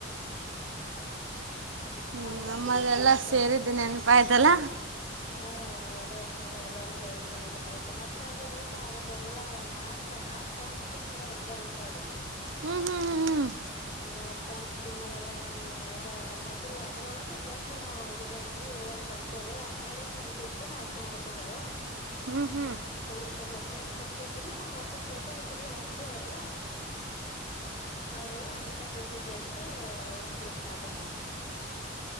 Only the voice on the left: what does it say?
ಅಲ್ಲೇ
ಕೇಳಿದ್ರಂತ
ಹಾ ಹ ಅದೇ ಎಲ್ಲರೂ ಸೇ ಇದ್ದ ನೆನಪಾಯ್ತು ಮತ್ತೆ ಅಲ್ಲಿ ರೂಮ್ ಅದಕ್ಕೆ ಎಲ್ಲ ಒಂದ ನಾಲ್ಕ ನಾಲ್ಕು ಸ ಪಟಿಂಗ್ ಮಾಡ್ಯಾರ ಒಂದ ರೂಮ್ ಒಳಗೆ
ನ ಫ್ಯಾನ್ ಫಿಟಿಂಗ್ ಮಾಡ್ಯಾರ ನಿನ್ನ ಅದ್ರ ಮೊದಲ ಅದ್ರೊಳಗ ಜಾಸ್ತಿ ನಾವವು ಜನ ಇದ್ವಿ ಇದ್ರ ಸ್ವಲ್ಪೇ ಬರ ಹನ್ನೆಡೆ ಪಂಚಾಯತ ಆಯ್ಕೆ ಮಾಡ್ಕೊಂಡಾರ
ಉಳ್ದ್ ಪಂಚಾಯಿತಿ ಹದ್ನೆಂಟು ಪಂಚಾಯಿತಿ ಐತಿಲ್ಲಾ ನಮ್ಮ್ ಓಟ ಟೋಟಲ್ ಕಡೆ ಹುಣಸಗ ಒಳಗ ಅದ್ರೊಳಗೆ ಹನ್ನೆರಡ ಪಂಚಾಯತಿ ಅಷ್ಟೇ ವರ್ಕ್ ಸ್ಟಾರ್ಟ್ ಐ್ತದ